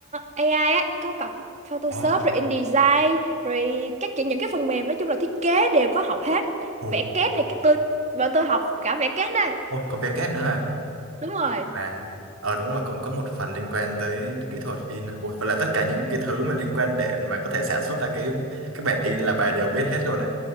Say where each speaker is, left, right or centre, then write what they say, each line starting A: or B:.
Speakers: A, on the right; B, on the right.
A: AI ấy, có cặp Photoshop
B: ồ
A: rồi InDesign rồi các kiểu những cái phần mềm nói chung là thiết kế đều có học hết.
B: ồ
A: Vẽ kết này tôi bọn tôi học cả vẽ kết đây.
B: ồ có vé két nữa hả
A: Đúng rồi,
B: à ờ đúng rồi cũng có một phần liên quan tới kỹ thuật in ôi và là tất cả những cái thứ mà liên quan để mà có thể sản xuất ra cái cái bản in là bà đều biết hết luôn á